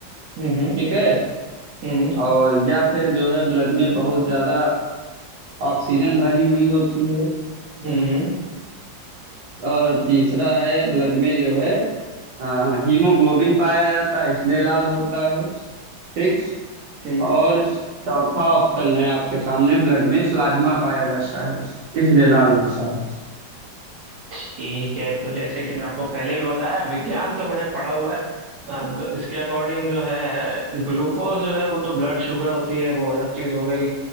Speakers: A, on the right; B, on the right.
A: हम्म हम्म
B: ठीक है
A: हम्म
B: और या फिर जो है ब्लड में बहुत ज्यादा ऑक्सीजन भरी हुई होती है
A: हम्म हम्म,
B: और तीसरा है ब्लड में जो है अ, हीमोग्लोबिन पाया जाता है इसलिए लाल होता है ठीक
A: ठीक
B: और चौथा ऑप्शन है आपके सामने ब्लड में प्लाज्मा पाया जाता है इसलिए लाल होता है
A: ठीक है तो जैसे कि मैं आपको पहले भी बताया विज्ञान तो मैंने पढ़ा हुआ है अब इसके अकॉर्डिंग जो है ग्लूकोज जो है वो तो ब्लड शुगर होती है वो अलग चीज हो गई